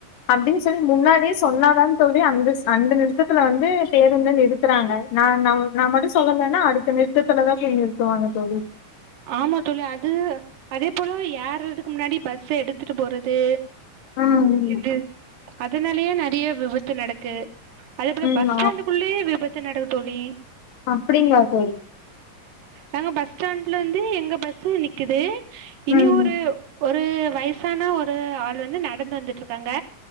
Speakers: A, on the left; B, on the right.
A: அப்டின்னு சொல்லி முன்னாடியே சொன்னாதான்னு சொல்லி அந்த ஸ் அந்த நிறுத்தத்துல வந்து பேருந்த நிறுத்துறாங்க, நா நம் நா எது மட்டு சொல்லலைன்னா அடுத்த நிறுத்தத்துலதா போய் நிறுத்துவாங்க தோழி,
B: ஆமா தோழி அது அதே போல ஏற்றதுக்கு முன்னாடி பஸ்ஸ எடுத்துட்டு போறது
A: ம்
B: இது அதனாலயே நறைய விபத்து நடக் க்கு அதே போல
A: ம்
B: பஸ் ஸ்டாண்டுக்குள்ளே விபத்து நடக் தோழி
A: அப்படிங்களா தோழி
B: நாங்க பஸ் ஸ்டாண் ல வந்து எங்க பஸ்ஸு நிக்கிது இனி
A: ம்
B: ஒரு ஒரு வயசான ஒரு ஆள் வந்து நடந்து வந்துட்ருக்காங்க